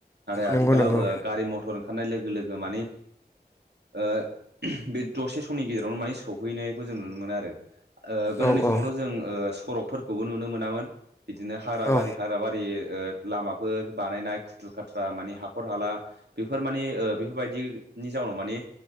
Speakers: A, on the right; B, on the left.
A: नाथाय आथिखालाव
B: नंगौ नंगौ
A: ओ गारि मथर ओंखारनाय लोगो लोगो मानि ओ बे दसे समनि गेजेरावनो माने सहैनायखौ जों नुनो मोनो आरो ओ गोदोनि
B: औ
A: समावथ'
B: औ
A: जों ओ सरकफोरखौबो नुनो मोनामोन। बिदिनो हाग्रा
B: औ
A: बारि हाग्रा बारि ओ लामाफोर बानायनाय। खुथ्रु खाथ्रा माने हाखर हाला बेफोर माने ओ बेफोरबायदिनि जाउनाव माने